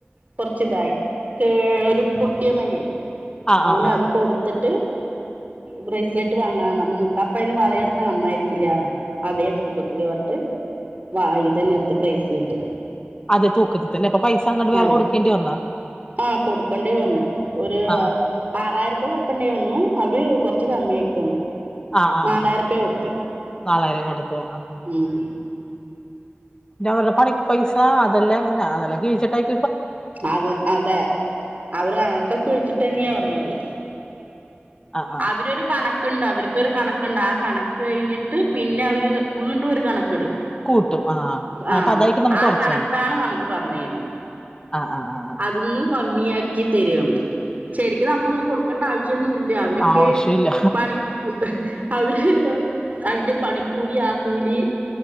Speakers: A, on the right (about 40°); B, on the left (about 20°).
A: കൊറച്ച ഇതായി ഒരു പൊട്ടിയ മരിയായി
B: ആ
A: അത്കൊണ്ട്
B: ആ ആ
A: അത് കൊടുത്തിട്ട് ബ്രേസ്ലെറ്റ് വാങ്ങണം നമ്മ മുക്കാപ്പയന് വളയ എടുത്ത നന്നായിരിക്കും ില്ല അതേ തൂക്കത്തില് വരട്ട് വ ഇതന്നെടുത്ത് ബ്രേസ്ലെറ്റ്
B: അതെ തൂക്കത്തി തന്നെ പ്പം പൈസ അങ്ങോട്ട് വേറെ
A: അതെ
B: കൊടുക്കേണ്ടി വന്നാ
A: ആ കൊടുക്കണ്ടേ വന്നു ഒരു
B: ആ ആ
A: ആറായിരം രുപ കൊടുക്കണ്ടേ വന്നു അവര് കുറച്ച് കമ്മിയ ആക്കി തന്നു
B: ആ ആ
A: നാലായിരംുപ
B: ആ
A: കൊടുത്തു
B: നാലായിരം കൊട് ത്തു ആ
A: ഉം
B: താ പറഞ്ഞ പണി പൈസ അതെല്ലാം ഇങ്ങനെ അതെല്ലാം കീഴിച്ചിട്ടായി
A: അത് അതെ അവര ഒക്കെ കിഴിച്ചിട്ടന്ന്യാ പറയണത്
B: ആഹ് ആഹ്
A: അവ് രൊരു കണ ക്ക് ണ്ട് അവര്ക്കൊരു കണക്ക്ണ്ട് ആ കണക്ക് കയിഞ്ഞിട്ട് പിന്നെ അവര് ത് വീണ്ടും ഒരു കണക്ക് ടും
B: കൂട്ടും ആഹ്
A: ആ
B: ആഹ് കഥായിക്ക് നമുക്ക്
A: ആ
B: കൊറച്ച്
A: കണക്കാണ്
B: തരാം
A: നമുക്ക് പറഞ്ഞെര്ന്
B: ആഹ് ആഹ് ആഹ്
A: അത്ന്ന്നും വണിയാക്കി <unintelligible> ശെരിക്കും നമ്മൾ ഒന്നും കൊടുക്കേണ്ട ആവശ്യം ന്നുല്ല്യ അവര്ക്കെ
B: ആവശ്യമില്ല
A: പണി അവര് അവ്ന്റെ പണിക്കൂലി ആക്കൂലി